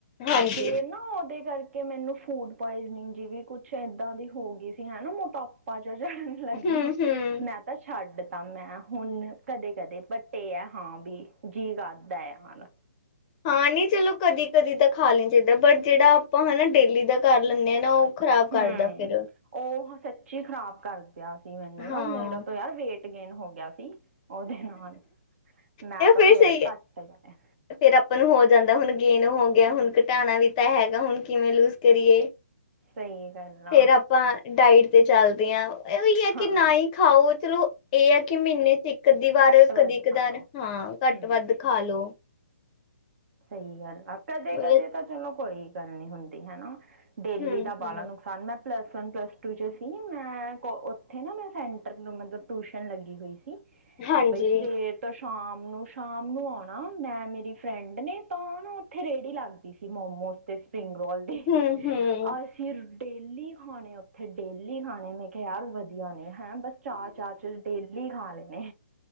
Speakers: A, on the left (about 30°); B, on the right (about 50°).
A: ਹਾਂਜੀ।
B: ਫੇਰ, ਨਾ ਉਹਦੇ ਕਰ ਕਿ ਮੈਨੂੰ ਫੂਡ ਪੁਆਇਜ਼ਨਿੰਗ ਜੀ ਵੀ ਕੁੱਛ ਇੱਦਾਂ ਦੀ ਹੋ ਗਈ ਸੀ ਹੈਨਾ ਮੋਟਾਪਾ ਜਾਂ ਲੱਗਗੇ।
A: ਹੂੰ ਹੂੰ
B: ਮੈਂ ਤਾਂ ਛੱਡਤਾ ਮੈਂ ਹੁਣ ਕਦੇ ਕਦੇ ਵੱਟ ਇਹ ਐ ਹਾਂ ਵੀ ਜੀ ਕਰਦਾ ਐ ਮਾਨਾ
A: ਹਾਂ ਨੀ ਚਲੋ ਕਦੀ ਕਦੀ ਤਾਂ ਖਾ ਲੈਣਾ ਚਾਹੀਦਾ ਬਟ ਜਿਹੜਾ ਆਪਾਂ ਹੈਨਾ ਡੇਲੀ ਦਾ ਕਰ ਲੈਂਦੇ ਹਾਂ ਨਾ ਉਹ ਖ਼ਰਾਬ ਕਰਦਾ
B: ਹਮ
A: ਫਿਰ
B: ਉਹ ਸੱਚੀ ਖ਼ਰਾਬ ਕਰਦਾ ਸੀ ਮੈਨੂੰ
A: ਹਾਂ
B: ਨਾ ਮੇਰਾ ਤੋਂ ਯਾਰ ਵੇਟ ਤੇ ਗੇਨ ਹੋ ਗਿਆ ਸੀ ਉਹਦੇ ਨਾਲ ਮੈਂ
A: ਇਹ
B: ਤਾਂ
A: ਫਿਰ
B: ਫੇਰ
A: ਸਹੀ ਹੈ।
B: ਘੱਟ ਕਰਿਆ।
A: ਫੇਰ ਆਪਾਂ ਨੂੰ ਹੋ ਜਾਂਦਾ ਹੁਣ ਗੇਨ ਹੋ ਗਿਆ ਹੁਣ ਘਟਾਉਂਣਾ ਵੀ ਹੈਗਾ ਹੁਣ ਕਿਵੇਂ ਲੂਜ ਕਰੀਏ,
B: ਸਹੀ ਗੱਲ ਆ
A: ਫੇਰ ਆਪਾਂ ਡਾਇਟ ਤੇ ਚੱਲਦੇ ਆਂ। ਇਹ ਵੀ ਆ
B: ਹਾਂ
A: ਕੇ ਨਾ ਈ ਖਾਓ। ਚਲੋ ਇਹ ਆ ਕਿ ਮਹੀਨੇ 'ਚ ਇੱਕ ਕਧੀ ਵਾਰ
B: ਘੱਟ
A: ਕਦੀ-ਕਦਾਰ,
B: ਵੱਧ ਖਾ ਲਓ
A: ਹਾਂ ਘੱਟ-ਵੱਧ
B: ਹਮ
A: ਖਾ ਲੋੋ।
B: ਸਹੀ ਗੱਲ, ਆ ਕਦੇ-ਕਦੇ
A: ਵੇ-
B: ਤਾਂ ਚਲੋ, ਕੋਈ ਗੱਲ ਨੀ ਹੁੰਦੀ ਹਨਾ। ਡੇਲੀ
A: ਹੂੰ
B: ਦਾ ਬਾਲਾਂ
A: ਹੂੰ
B: ਨੁਕ ਥਨ ਮੈਂ ਪਲਸ ਵਨ, ਪਲਸ ਟੂ 'ਚ ਸੀ, ਮੈਂ ਕੋ ਉੱਥੇ ਨਾ, ਮੈਂ ਸੈਂਟਰ ਨੂੰ ਮਤਲਬ ਟਿਊਸ਼ਨ ਲੱਗੀ ਹੋਈ। ਸੀ,
A: ਹਾਂਜੀ
B: ਬਈ ਸਵੇਰ ਤੋ ਸ਼ਾਮ ਨੂੰ, ਸ਼ਾਮ ਨੂੰ ਆਉਂਣਾ ਮੈਂ ਮੇਰੀ ਫਰੈਂਡ ਨੇ ਤਾਂ ਨਾ ਉੱਥੇ ਰੇੜੀ ਲੱਗਦੀ ਸੀ, ਮੋਮੋਜ ਤੇ, ਸਪਰਿੰਗ ਰੋਲ ਦੀ,
A: ਹੂੰ ਹੂੰ
B: ਆ ਫਿਰ ਡੇਲੀ ਖਾਣੇ ਉੱਥੇ, ਡੇਲੀ ਖਾਣੇ, ਮੈਂ ਕਿਹਾ ਯਾਰ ਵਧੀਆ ਨੇ ਹੈਂ ਬ- ਚਾਅ-ਚਾਅ 'ਚ ਡੇਲੀ ਖਾ ਲੈਣੇ,